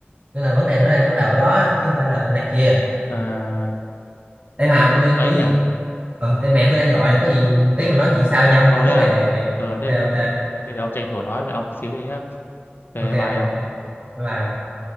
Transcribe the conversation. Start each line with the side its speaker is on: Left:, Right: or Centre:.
Right: nên là vấn đề nó đang bắt đầu ở đó chứ không phải là này kia
Left: à,
Right: em mà
Left: thế
Right: ông
Left: cũng
Right: ơi
Left: ấy
Right: tôi
Left: nhỉ
Right: Ờ, em mẹ tôi đang gọi này, có gì tí mình nói chuyện sau nhau,
Left: Ồ
Right: tôi có
Left: thế à?
Right: việc rồi mẹ.
Left: Ờ
Right: Ok
Left: thế, thế,
Right: ok
Left: thế, thế, thế để ông tranh thủ nói với ông xíu đi nhá. Cái
Right: ok
Left: bài
Right: ông, ok.
Left: ông.
Right: Bye bye. ông.